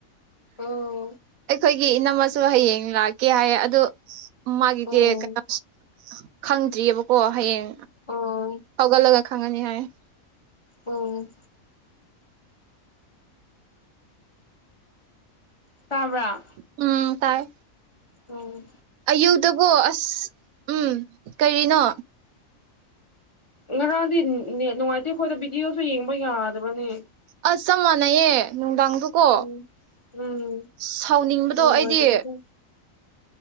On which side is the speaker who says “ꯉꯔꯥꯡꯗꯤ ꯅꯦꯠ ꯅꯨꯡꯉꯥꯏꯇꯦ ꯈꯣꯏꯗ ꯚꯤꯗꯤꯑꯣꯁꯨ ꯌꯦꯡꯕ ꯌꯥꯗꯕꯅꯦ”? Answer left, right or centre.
Left